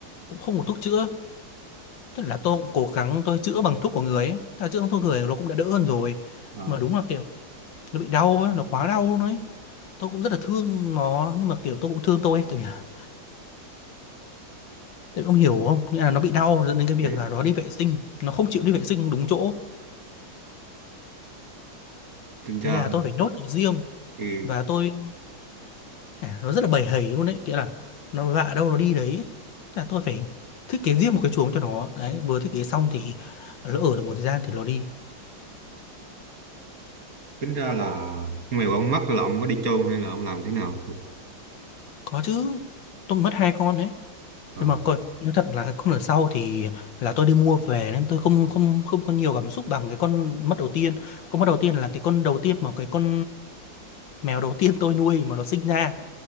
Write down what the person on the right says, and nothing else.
À,
ừ.
tính ra
ừ.
tính ra là con mèo ông mắc là ông có đi chôn hay là ông làm thế nào
à,